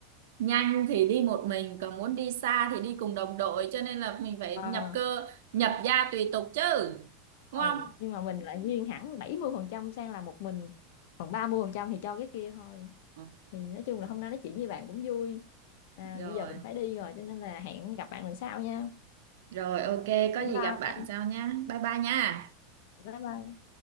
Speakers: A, on the right; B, on the left.
A: nhanh thì đi một mình còn muốn đi xa thì đi cùng đồng đội cho nên là mình phải
B: Ờ,
A: nhập cơ nhập gia tùy tục chứ đúng
B: ờ,
A: không
B: nhưng mà mình lại nghiêng hẳn 70% sang là một mình còn 30% thì cho cái kia thôi
A: Ừ,
B: thì nói chung là hôm nay nói chuyện với bạn cũng vui à,
A: rồi
B: bây giờ mình phải đi rồi cho nên là hẹn gặp bạn lần sau nha
A: rồi ok có
B: bye
A: gì
B: bye
A: gặp bạn sau nha bye bye nha
B: bye bye